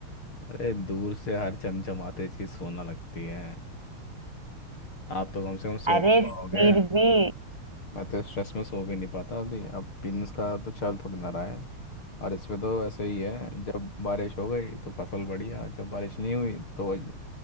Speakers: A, on the left; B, on the right.
A: अरे दूर से हर चमचमाते चीज सोना लगती है आप तो कम से कम सो
B: अरे
A: तो पाओगे
B: फिर भी
A: मैं तो स्ट्रेस में सो भी नहीं पाता अभी अब बिजनेस का तो चल थोड़ी ना रहा है। और इसमें तो ऐसे ही है जब बारिश हो गई तो फसल बढ़िया जब बारिश नहीं हुई तो वही